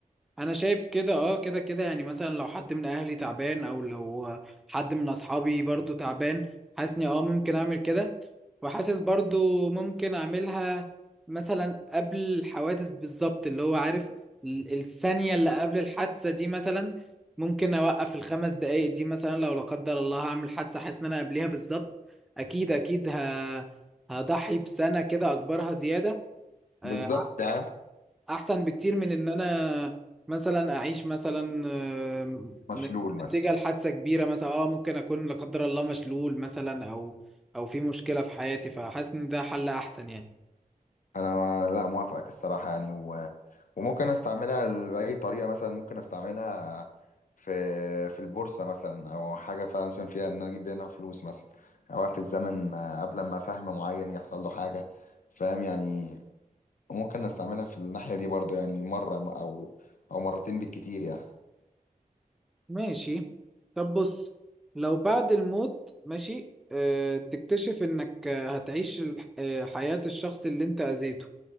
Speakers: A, in the centre; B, on the left.
A: انا شايف كده اه كده كده يعني مثلا لو حد من اهلي تعبان او لو حد من اصحابي برضو تعبان حاسني اه ممكن اعمل كده وحاسس برضو ممكن اعملها مثلا قبل الحوادث بالظبط اللي هو عارف ال- الثانية اللي قبل الحادثة دي مثلا ممكن اوقف الخمس دقايق دي مثلا لو لا قدر الله هعمل حادثة حاسس ان انا قبليها بالظبط اكيد اكيد ه... هضحي بسنة كده اكبرها زيادة آه،
B: بالظبط قاعد
A: احسن بكتير من ان انا مثلا اعيش مثلا آم،
B: مشلول مثلا
A: نتيجة لحادثة كبيرة مثلا اه ممكن اكون لا قدر الله مشلول مثلا او او في مشكلة في حياتي فحاسس ان ده حل احسن يعني
B: انا لا موافقك الصراحه يعني و... وممكن استعملها ل- باي طريقه مثلا ممكن استعملها في في البورصه مثلا او حاجه فعلا مثلا فيها ان انا اجيب منها فلوس مثلا او في الزمن آه، قبل ما سهم معين يحصل له حاجه فاهم يعني ممكن استعملها في الناحيه دي برضو يعني مره م- او او مرتين بالكتير يعني
A: ماشي طب بص لو بعد الموت ماشي آه، تكتشف انك آه، هتعيش الح- آه، حياة الشخص اللي انت اذيته